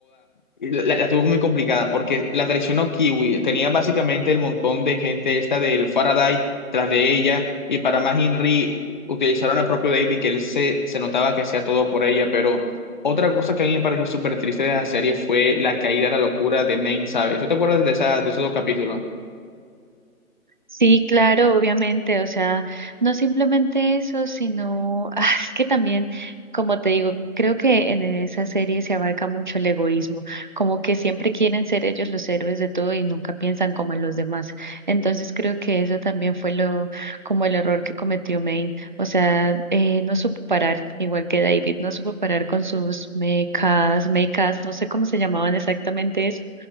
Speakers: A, on the left; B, on the right.
A: la, la tuvo muy complicada porque la traicionó Kiwi. Tenía básicamente el montón de gente esta del Faraday tras de ella. Y para más Henry utilizaron al propio David, que él se, se notaba que hacía todo por ella. Pero otra cosa que a mí me pareció súper triste de la serie fue la caída a la locura de Main, ¿sabes? ¿Tú te acuerdas de, esa, de esos dos capítulos?
B: Sí, claro, obviamente, o sea, no simplemente eso, sino, <laughs> ah, es que también, como te digo, creo que en esa serie se abarca mucho el egoísmo, como que siempre quieren ser ellos los héroes de todo y nunca piensan como en los demás. Entonces creo que eso también fue lo, como el error que cometió Maine, o sea, eh, no supo parar, igual que David, no supo parar con sus mecas, mecas, no sé cómo se llamaban exactamente eso,